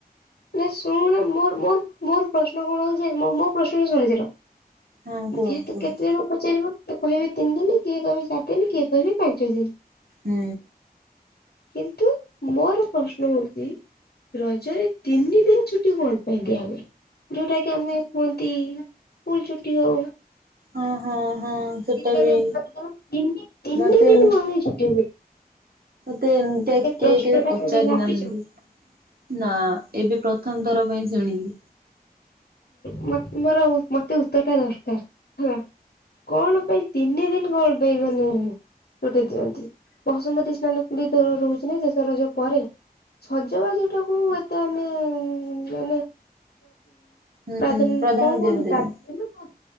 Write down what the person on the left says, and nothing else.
ନା ଶୁଣ ମୋର ମୋର ମୋର ପ୍ରଶ୍ନ କଣ ହଉଛି ମୋ ପ୍ରଶ୍ନ ଶୁଣିସାର।
ଯେହେତୁ
କେତେ ଜଣ ପଚାରିବ କିଏ କହିବେ ତିନି ଦିନ କିଏ କହିବେ ଚାରି ଦିନୀ କିଏ କହିବେ ପାଞ୍ଚ ଦିନୀ।
କିନ୍ତୁ? ମୋର ପ୍ରଶ୍ନ ହଉଛି ରଜରେ ତିନି ଦିନ ଛୁଟି କଣ ପାଇଁ ଦିଆ ହୁଏ ଯୋଉଟା କି ଆମେ କୁହନ୍ତି ସ୍କୁଲ ଛୁଟି ହଉ।
ବିଦ୍ୟାଳୟବ
ତିନି ତିନି
ଦିନ ମମି ଛୁଟି
ସେ ପ୍ରଶ୍ନ
ଟା
ଭାବିଛୁ?
ମୋ ମୋର ମତେ ଉତ୍ତର ଟା ଦରକାର ହେଲା କଣ ପାଇଁ ତିନି ଦିନ କଣ ପାଇଁ ମାନେ ଗୋଟେ ଦିଅନ୍ତି ବସୁମତୀ ସ୍ନାନ ବି ରହୁଛି ନା ଶେଷ ରଜ ପରେ ସଜବାଜଟାକୁ ଏତେ ଆମେ ଏ ମାନେ
ପାଦିନ କଣ
କହନ୍ତି
ପାଦିନୀ ନା